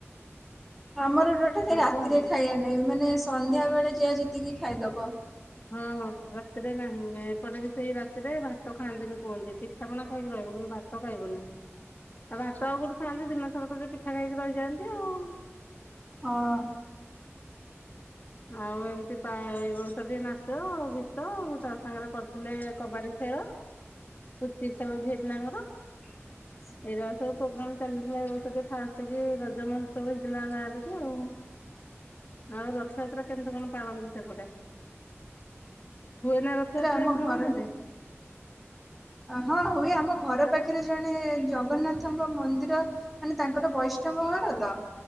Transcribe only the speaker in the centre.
ଆମର ଟୋଟାଲି
ରାତିରେ
ଖାଇଆ ନାହିଁ ମାନେ ସନ୍ଧ୍ୟା ବେଳେ ଯାହା ଯେତିକି ଖାଇଦବ।
ହଁ।
ହଁଁ <inaudible>
ହଁ।
ଆମ
ଘର
ହଁ ହୁଏ ଆମ ଘର ପାଖ ରେ ଜଣେ ଜଗନ୍ନାଥଙ୍କ ମନ୍ଦିର ମାନେ ତାଙ୍କର ବୈଷ୍ଣବ ଘର ତ